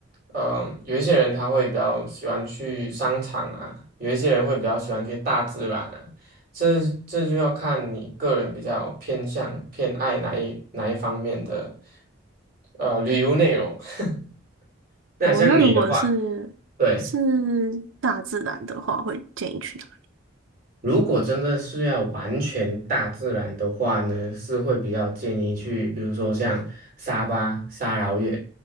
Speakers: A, on the right (about 45°); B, on the right (about 85°).
A: 呃，有一些人他会比较喜欢去商场啊，有一些人会比较喜欢去大自然啊，这这就要看你个人比较偏向偏爱哪一哪一方面的呃旅游内容。<laughs> 那像你的嗯话，
B: 哦，那如果是是
A: 对，
B: 大自然的话，会建议去哪？
A: 如果真的是要完全大自然的话呢，是会比较建议去，比如说像沙巴、沙劳越